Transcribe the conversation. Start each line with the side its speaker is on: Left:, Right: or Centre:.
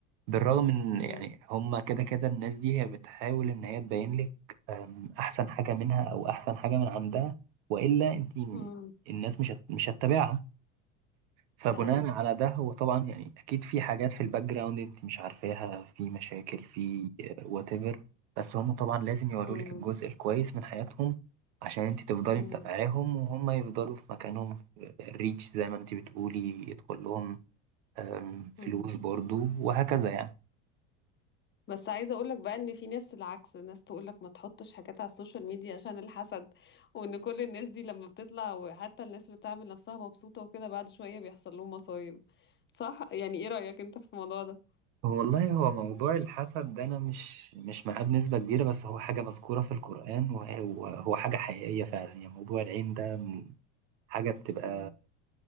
Right: بالرغم إن
Left: مم.
Right: يعني هما كده كده الناس دي هي بتحاول إن هي تبين لك أم، أحسن حاجة منها أو أحسن حاجة من عندها وإلا أنت
Left: مم.
Right: الناس مش هت- مش هتتابعها فبناء
Left: أيوه
Right: على ده هو طبعا يعني اكيد في حاجات في الباك جراوند انت مش عارفاها في مشاكل في وات ايفر بس هم طبعا لازم يوروا
Left: مم.
Right: لك الجزء الكويس من حياتهم عشان انت تفضلي
Left: مم.
Right: متابعاهم وهم يفضلوا في مكانهم في الريتش زي ما انت بتقولي يدخل لهم أم، فلوس
Left: مم.
Right: برضو وهكذا يعني
Left: بس عايزه اقول لك بقى ان في ناس العكس ناس تقول لك ما تحطش حاجات على السوشيال ميديا عشان الحسد وان كل الناس دي لما بتطلع وحتى الناس اللي بتعمل نفسها مبسوطه وكده بعد شويه بيحصل لهم مصايب صح يعني ايه رايك انت في الموضوع ده
Right: والله هو موضوع الحسد ده انا مش مش معاه بنسبة كبيرة بس هو حاجة مذكورة في القرآن وهو هو حاجة حقيقية فعلا يعني موضوع العين ده حاجة بتبقى
Left: مم.